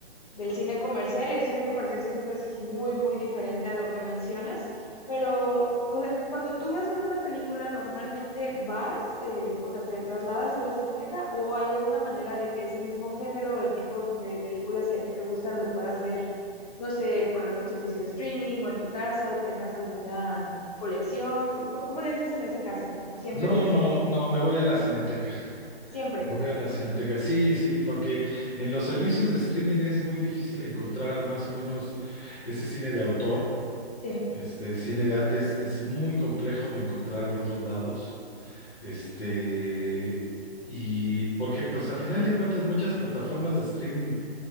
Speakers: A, on the left (about 40°); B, on the left (about 70°).
A: del cine comercial y el cine comercial siento que es muy, muy diferente a lo que mencionas, pero, o sea, cuando tú vas a ver una película, normalmente vas, eh, o sea, te trasladas a la cineteca o hay alguna manera de que ese mismo género o el tipo de películas que a ti te gustan lo puedas ver, no sé, por algún servicio de streaming o en tu casa o tengas alguna colección. ¿Cómo cómo le haces en ese caso? ¿O siempre
B: No,
A: es de
B: no,
A: salir?
B: no, me voy a la Cineteca.
A: Siempre,
B: Me voy a la Cineteca. Sí, sí, porque en los servicios de streaming es muy difícil encontrar más o menos ese cine de autor,
A: sí.
B: este cine de arte es, es muy complejo de encontrar en otros lados. Este, y porque pues a final de cuentas muchas plataformas de streaming,